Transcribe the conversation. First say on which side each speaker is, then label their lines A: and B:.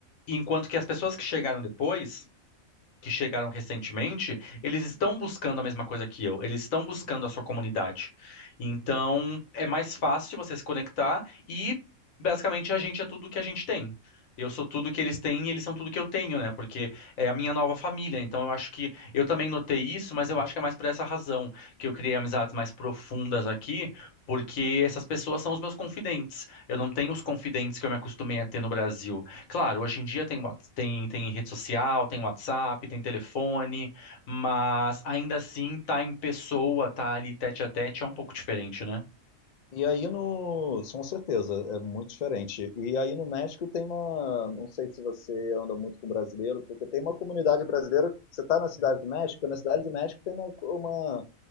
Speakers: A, on the left; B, on the left.
A: Enquanto que as pessoas que chegaram depois que chegaram recentemente, eles estão buscando a mesma coisa que eu, eles estão buscando a sua comunidade. Então, é mais fácil você se conectar e basicamente a gente é tudo que a gente tem. Eu sou tudo que eles têm e eles são tudo que eu tenho, né? Porque é a minha nova família. Então eu acho que eu também notei isso, mas eu acho que é mais por essa razão que eu criei amizades mais profundas aqui, porque essas pessoas são os meus confidentes. Eu não tenho os confidentes que eu me acostumei a ter no Brasil. Claro, hoje em dia tem, Whats- tem, tem rede social, tem WhatsApp, tem telefone, mas ainda assim tá em pessoa, tá ali tete a tete, é um pouco diferente, né?
B: E aí no, com certeza, é muito diferente. E aí no México tem uma, não sei se você anda muito com brasileiro, porque tem uma comunidade brasileira, você está na Cidade do México, na Cidade do México tem uma, uma